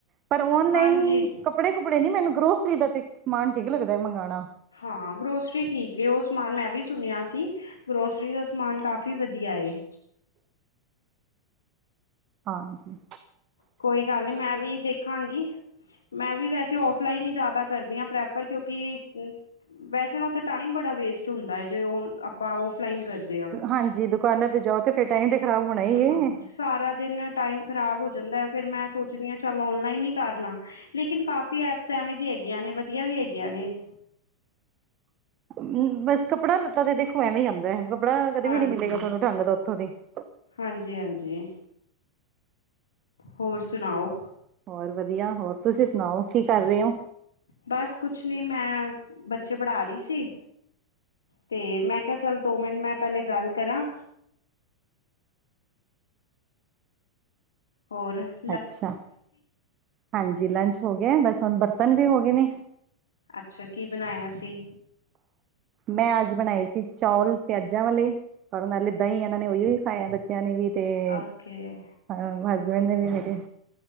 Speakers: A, on the right; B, on the left.
A: ਪਰ ਓਨਲਾਈਨ
B: ਹਾਂਜੀ
A: ਆਅ ਕੱਪੜੇ ਏ ਕੁਪੜੇ ਨੀ ਮੈਨੂੰ ਗਰੋਸਰੀ ਦਾ ਤੇ ਸਮਾਨ ਠੀਕ ਲੱਗਦਾ ਐ ਮੰਗਵਾਉਣਾ ਆ
B: ਹਾਂ ਗਰੋਸਰੀ ਠੀਕ ਏ ਉਹ ਸਮਾਨ ਮੈਂ ਵੀ ਸੁਣਿਆ ਸੀ ਈ ਗਰੋਸਰੀ ਦਾ ਸਮਾਨ ਕਾਫ਼ੀ ਵਧੀਆ ਏ
A: ਹਾਂਜੀ ਈ
B: ਕੋਈ ਗੱਲ ਨੀ ਮੈਂ ਵੀ ਦੇਖਾਂਗੀ ਈ ਮੈਂ ਵੀ ਵੈਸੇ ਏ ਔਫਲਾਈਨ ਈ ਜ਼ਿਆਦਾ ਕਰਦੀ ਹਾਂ ਪ੍ਰੈਫਰ ਕਿਉਂਕਿ ਈ ਵੈਸੇ ਨਾ ਉਥੇ ਏ ਟਾਈਮ ਬੜਾ ਵੇਸਟ ਹੁੰਦਾ ਏ ਜੇ ਆਪਾਂ ਔਫਲਾਈਨ ਕਰਦੇ ਹਾਂ
A: ਹਾਂਜੀ ਈ ਦੁਕਾਨਾਂ ਤੇ ਜਾਓ ਤੇ ਫਿਰ ਟਾਈ ਈ ਤੇ ਖ਼ਰਾਬ ਹੋਣਾ ਹੀ ਏ
B: ਹਾਂ ਆ ਸਾਰਾ ਦਿਨ ਟਾਈਮ ਖ਼ਰਾਬ ਹੋ ਜਾਂਦਾ ਐ ਫੇਿਰ ਮੈਂ ਸੋਚਦੀ ਹਾਂ ਚੱਲ ਔਨਲਾਈਨ ਈ ਕਰ ਲਾਂ ਆ ਲੇਕਿਨ ਕਾਫੀ ਐਪਸ ਐਵੇਂ ਦੀ ਹੈਗੀਆਂ ਨੇ ਏ ਵਧੀਆ ਵੀ ਹੈਗੀਆਂ ਨੇ ਏ
A: ਮੀ ਬਸ ਕੱਪੜਾ ਲੱਤਾ ਤੇ ਦੇਖੋ ਐਵੇਂ ਆਂਦਾ ਐ ਕੱਪੜਾ ਕਦੇ
B: ਹਾਂਜੀ
A: ਵੀ ਨੀ ਮਿਲੇਗਾ ਤੁਹਾਨੂੰ ਢੰਗ ਦਾ ਉੱਥੋਂ ਦੀ ਈ
B: ਹਾਂਜੀ ਈ ਹਾਂਜੀ ਈ ਹੋਰ ਸੁਣਾਓ
A: ਹੋਰ ਵਧੀਆ ਹੋਰ ਤੁਸੀਂ ਸੁਣਾਓ ਕੀ ਕਰ ਰਹੇ ਓ
B: ਬਸ ਕੁਛ ਨੀ ਮੈਂ ਐ ਬੱਚੇ ਪੜਾ ਰਹੀ ਸੀ ਈ ਤੇ ਮੈਂ ਕਿਹਾ ਚੱਲ ਦੋ ਮਿੰਟ ਮੈਂ ਪਹਿਲੇ ਗੱਲ ਕਰਾਂ ਆ ਹੋਰ ਆ
A: ਅੱਛਾ ਆ ਹਾਂਜੀ ਈ ਲੰਚ ਹੋ ਗਿਆ ਬਸ ਹੁਣ ਬਰਤਨ ਵੀ ਹੋ ਗਏ ਨੇ
B: ਅੱਛਾ ਆ ਕੀ ਬਣਾਇਆ ਸੀ
A: ਮੈਂ ਅੱਜ ਬਣਾਏ ਸੀ ਚੌਲ ਪਿਆਜਾਂ ਵਾਲੇ ਏ ਪਰ ਉਹਨਾਂ ਲਿੱਦਾਂ ਈ ਇਹਨਾਂ ਨੇ ਉਹੀ ਵੀ ਖਾਇਆ ਬੱਚਿਆਂ ਨੇ ਵੀ ਤੇ
B: ਓਕੇ
A: ਏ ਹਾਂ ਹਸਬੈਂਡ ਨੇ ਵੀ ਮੇਰੇ ਏ